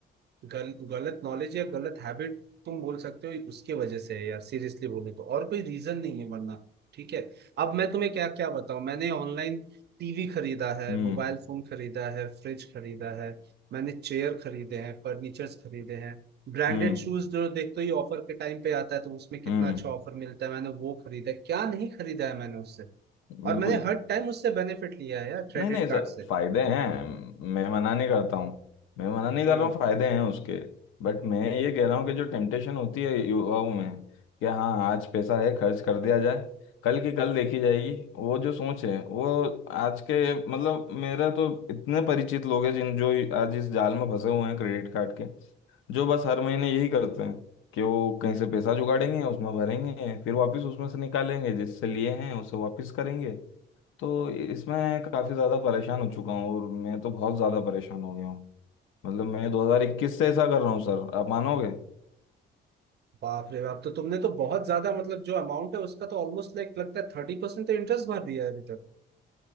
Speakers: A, on the right; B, on the left.
A: गल, गलत नॉलेज या गलत हैबिट तुम बोल सकते हो उसके वजह से है यार सीरियसली बोले तो और कोई रीजन नहीं है वरना ठीक है अब मैं तुम्हें क्या क्या बताऊं मैंने ऑनलाइन टीवी खरीदा है
B: हम्म
A: मोबाइल फोन खरीदा है फ्रिज खरीदा है मैंने चेयर खरीदे हैं फर्नीचर्स खरीदे हैं ब्रांडेड
B: हम्म
A: शूज जो देखते ही ऑफर के टाइम पे आता है तो उसमें कितना
B: हम्म
A: अच्छा ऑफर मिलता है मैंने वो खरीदा है क्या नहीं खरीदा है मैंने उससे
B: बिल्कुल
A: और मैंने हर टाइम उससे बेनिफिट लिया है यार क्रेडिट
B: नहीं नहीं
A: कार्ड
B: सर
A: से
B: फायदे हैं मैं मना नहीं करता हूँ मैं मना नहीं
A: हम्म
B: कर रहा हूँ फायदे हैं उसके बट मैं ये कह रहा हूँ कि जो टेम्पटेशन होती है युवाओं में कि हाँ आज पैसा है खर्च कर दिया जाए कल की कल देखी जाएगी वो जो सोच है वो आज के मतलब मेरा तो इतने परिचित लोग हैं जिन जो आज इस जाल में फंसे हुए हैं क्रेडिट कार्ड के जो बस हर महीने यही करते हैं कि वो कहीं से पैसा जुगाड़ेंगे उसमें भरेंगे फिर वापस उसमें से निकालेंगे जिससे लिए हैं उसे वापस करेंगे तो इसमें काफ़ी ज़्यादा परेशान हो चुका हूँ और मैं तो बहुत ज़्यादा परेशान हो गया हूँ मतलब मैं 2021 से ऐसा कर रहा हूँ सर आप मानोगे
A: बाप रे बाप तो तुमने तो बहुत ज्यादा मतलब जो अमाउंट है उसका तो ऑलमोस्ट लाइक लगता है थर्टी परसेंट तो इंटरेस्ट भर दिया है अभी तक